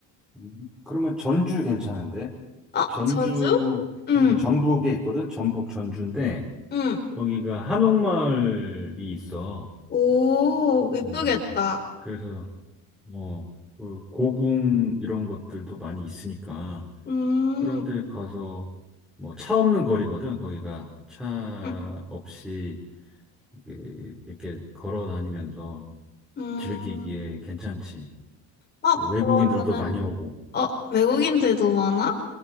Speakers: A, in the centre; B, on the left (about 25°).
A: 음, 그러면 전주 괜찮은데?
B: 어,
A: 전주,
B: 전주? 응,
A: 음, 전북에 있거든? 전북 전주인데,
B: 응.
A: 거기가 한옥마을이 있어.
B: 오, 예쁘겠다.
A: 음, 그래서, 어, 그 고궁 이런 것들도 많이 있으니까.
B: 음,
A: 그런데 가서, 뭐, 차 없는 거리거든, 거기가. 차
B: 음,
A: 없이, 그, 이렇게 걸어 다니면서
B: 음.
A: 즐기기에 괜찮지.
B: 어,
A: 그 외국인들도
B: 그러면은
A: 많이 오고.
B: 어, 외국인들도 많아?